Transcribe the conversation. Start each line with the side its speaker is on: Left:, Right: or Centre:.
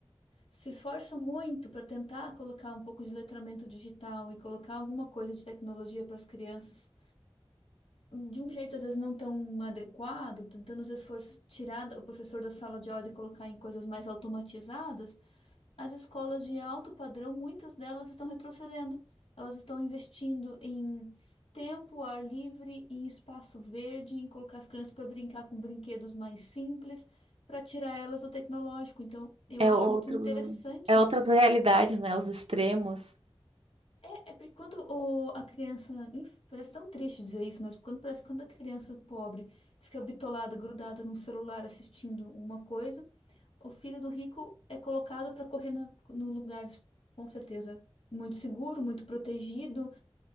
Left: se esforça muito para tentar colocar um pouco de letramento digital e colocar alguma coisa de tecnologia para as crianças, de um jeito às vezes não tão adequado, tentando às vezes for tirar o professor da sala de aula e colocar em coisas mais automatizadas, as escolas de alto padrão, muitas delas estão retrocedendo. Elas estão investindo em tempo, ar livre, em espaço verde, em colocar as crianças para brincar com brinquedos mais simples, para tirar elas do tecnológico. Então, eu
Right: É
Left: acho
Right: outro
Left: muito interessante
Right: é outras
Left: isso.
Right: realidades, né? Os extremos.
Left: É porque quando o- a criança. inf- Parece tão triste dizer isso, mas quando parece que quando a criança pobre fica bitolada, grudada num celular assistindo uma coisa, o filho do rico é colocado para correr na, num lugar, com certeza, muito seguro, muito protegido.